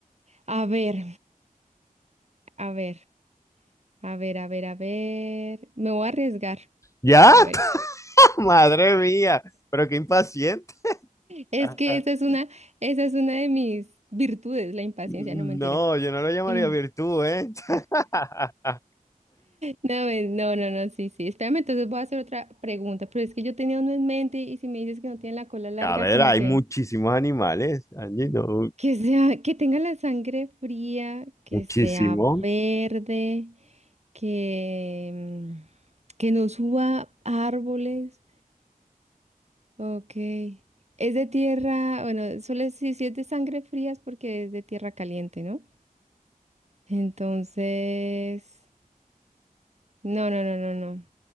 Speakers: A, on the right; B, on the left.
A: A ver, a ver, a ver, a ver, a ver. Me voy a arriesgar.
B: ¿Ya?
A: A ver.
B: <laughs> Madre mía, pero qué impaciente.
A: Es
B: <laughs>
A: que esa es una, esa es una de mis virtudes, la impaciencia,
B: No,
A: no mentiras.
B: yo no lo llamaría
A: Eh,
B: virtud, ¿eh? <laughs>
A: no, eh, no, no, no, sí, sí. Espérame, entonces voy a hacer otra pregunta, pero es que yo tenía uno en mente y si me dices que no tiene la cola larga,
B: A ver,
A: como
B: hay
A: que,
B: muchísimos animales, Angie, no,
A: que sea, que tenga la sangre fría, que
B: muchísimos.
A: sea verde, que, mm, que no suba a árboles. Ok. Es de tierra, bueno, solo si, si es de sangre fría es porque es de tierra caliente, ¿no? Entonces, No, no, no, no, no.